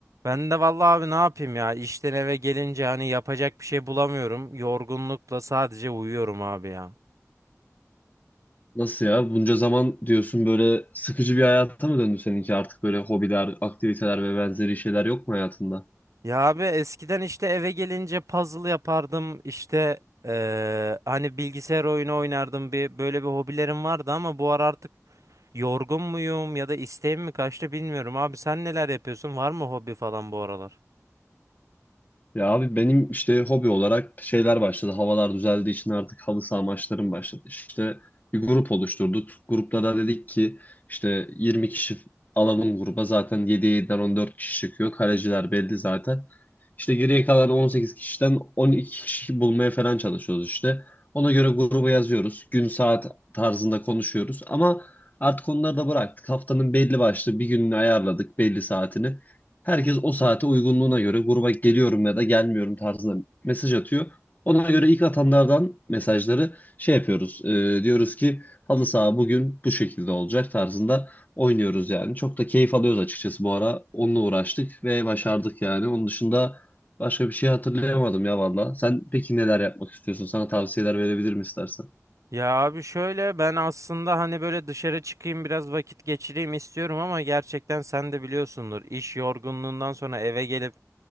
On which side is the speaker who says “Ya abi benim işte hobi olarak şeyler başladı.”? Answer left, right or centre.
Left